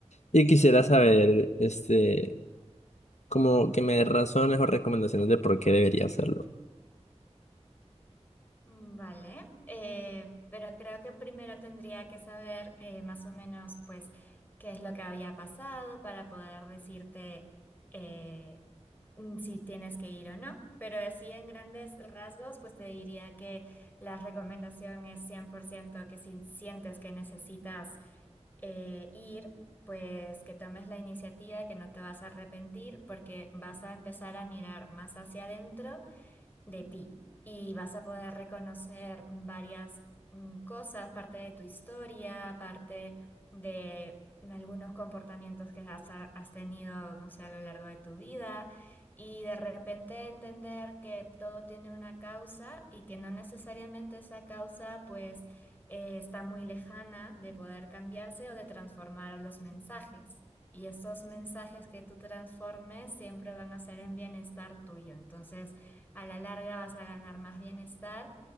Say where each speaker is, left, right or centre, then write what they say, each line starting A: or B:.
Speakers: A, on the left; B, on the left.
A: y quisiera
B: Ujú.
A: saber, este, como que me des razones o recomendaciones de por qué debería hacerlo.
B: Vale, Eh, pero creo que primero tendría que saber eh, más o menos, pues, qué es lo que había pasado para poder decirte eh, mm, si tienes que ir o no. Pero así en grandes rasgos, pues te diría que la recomendación es 100% que si sientes que necesitas eh, ir, pues que tomes la iniciativa, que no te vas a arrepentir, porque vas a empezar a mirar más hacia adentro de ti y vas a poder reconocer varias mm, cosas, parte de tu historia, parte de algunos comportamientos que has, has tenido, no sé, a lo largo de tu vida y de repente entender que todo tiene una causa y que no necesariamente esa causa pues eh, está muy lejana de poder cambiarse o de transformar los mensajes. Y esos mensajes que tú transformes siempre van a ser en bienestar tuyo. Entonces, a la larga vas a ganar más bienestar